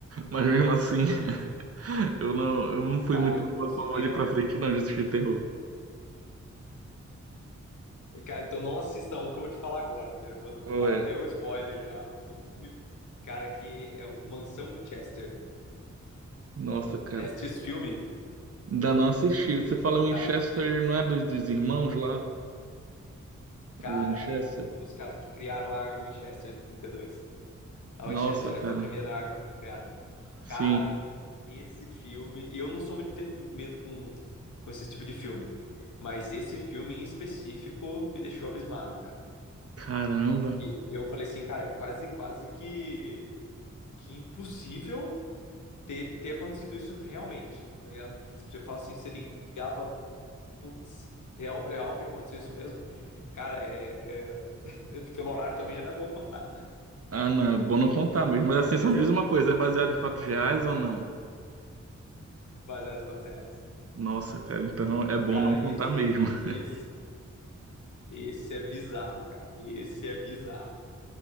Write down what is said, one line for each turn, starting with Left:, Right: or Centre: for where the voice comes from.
Right: Mas mesmo assim, <laughs> eu não, eu não fui
Left: Cara,
Right: muito
Left: eu fui no
Right: a
Left: cinema.
Right: favor de ir pra frente, não, de assistir terror.
Left: Cara, então não assista um que eu vou te falar agora, que eu já vou dar
Right: Qual
Left: até
Right: é?
Left: o spoiler já, um pouquinho. Cara, que é o Mansão Winchester.
Right: Nossa, cara,
Left: Já assistiu esse filme?
Right: ainda não assisti. Você fala Winchester,
Left: Ca-
Right: não é dos, dos irmãos lá?
Left: Cara,
Right: O Winchester?
Left: é do- dos caras que criaram a arma Winchester 32. A
Right: Nossa,
Left: Winchester,
Right: cara,
Left: né? Foi a primeira arma que foi criada.
Right: sim.
Left: Cara, esse filme. Eu não sou muito ter medo com, com esse tipo de filme. Mas esse filme em específico me deixou abismado, cara.
Right: Caramba.
Left: E eu falei assim, cara, é quase, quase que, que impossível ter, ter acontecido isso realmente. Tá ligado? Você fala assim, você ligar e fala, putz, real, real que aconteceu isso mesmo? Cara, é, é... <laughs> pelo horário também já não é bom contar,
Right: Ah, não, é bom não contar mesmo. Mas assim,
Left: mas
Right: só me
Left: é
Right: diz uma coisa, é baseado em fatos reais ou não?
Left: baseado em fatos reais.
Right: Nossa, cara, então é bom
Left: Cara,
Right: não contar
Left: esse,
Right: mesmo. <laughs>
Left: esse Esse é bizarro, cara. Esse é bizarro.